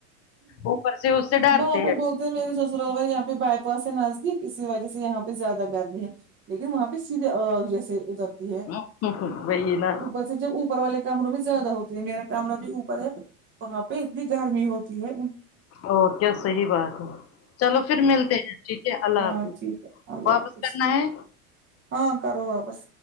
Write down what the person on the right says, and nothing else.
وہاں
پے بہت میرے سسرالور یہاں پہ بائی پاس ہے نزدیک اسی وجہ سے یہاں پہ زیادہ گرمی ہے لیکن وہاں پہ سیدھے آگ جیسے اترتی ہے
اوپر تو جب اوپر والے کمروں میں زیادہ ہوتے یے میرا کامر بھی اوپر ہے وہاں پے اتنی گرمی ہوتی ہے
ہاں
ٹھیک ہے اللہ
حافظ
ہاں کرو واپس